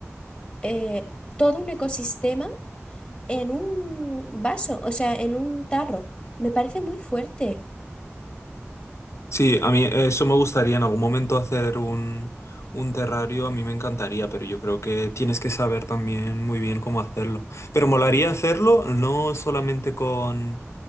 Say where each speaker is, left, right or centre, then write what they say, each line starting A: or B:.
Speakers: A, on the left (about 25°); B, on the left (about 70°).
A: eh, todo un ecosistema en un vaso, o sea, en un tarro. Me parece muy fuerte.
B: Sí, a mí eso me gustaría en algún momento hacer un, un terrario, a mí me encantaría, pero yo creo que tienes que saber también muy bien cómo hacerlo. Pero molaría hacerlo no solamente con,